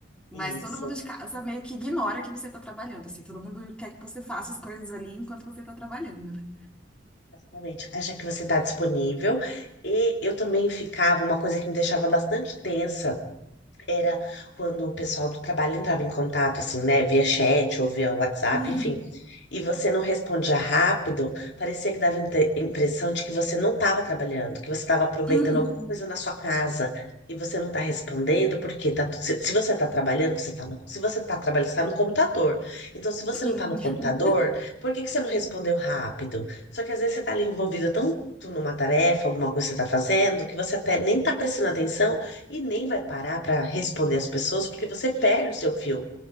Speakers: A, in the centre; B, on the left.
A: Mas
B: isso,
A: todo mundo de casa meio que ignora que você tá trabalhando, assim, todo mundo quer que você faça as coisas ali enquanto você tá trabalhando, né?
B: exatamente. Acha que você está disponível. E eu também ficava, uma coisa que me deixava bastante tensa. era quando o pessoal do trabalho entrava em contato, assim, né, via chat ou via WhatsApp,
A: Uhum,
B: enfim, e você não respondia rápido, parecia que dava inte- impressão de que você não estava trabalhando, que você estava aproveitando
A: uhum,
B: alguma coisa na sua casa e você não está respondendo, porque tá, se, se você está trabalhando, você tá no, se você está trabalhando, você está no computador. Então, se você
A: sim.
B: não está no
A: <laughs>
B: computador, por que que você não respondeu rápido? Só que às vezes você está ali envolvida tanto numa tarefa, alguma coisa que você está fazendo, que você até nem está prestando atenção. E nem vai parar para responder as pessoas, porque você perde o seu fio.